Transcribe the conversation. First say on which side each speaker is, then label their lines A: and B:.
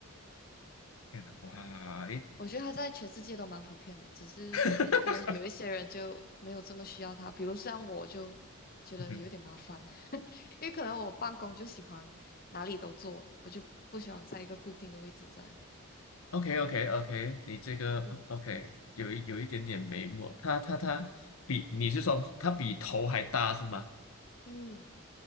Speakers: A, on the left (about 80°); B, on the left (about 45°).
A: 天哪，哇，诶，
B: 我觉得它在全世界都蛮普遍的，只是可能有一些人就没有这么需要它，
A: <laughs>
B: 比如像我就觉得有点麻烦，
A: 嗯
B: <laughs> 因为可能我办公就喜欢哪里都坐，我就不喜欢在一个固定的位置这样。
A: ，OK OK OK，你这个
B: 嗯
A: OK 有一有一点点眉目，它它它比你是说它比头还大是吗？
B: 嗯，